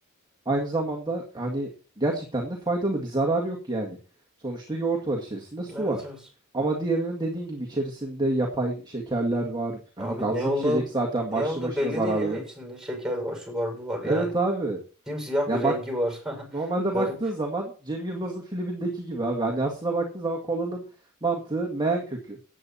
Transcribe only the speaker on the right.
Aynı zamanda hani gerçekten de faydalı bir zarar yok yani. Sonuçta yoğurt var içerisinde su
var.
Ama diğerinin dediğin gibi içerisinde yapay şekerler var. Hani
gazlı
bir içecek zaten
başlı
başına
zararlı.
Evet abi.
Ya
bak
normalde
baktığın zaman Cem Yılmaz'ın filmindeki gibi abi. Hani aslına baktığın zaman kolanın mantığı meyan kökü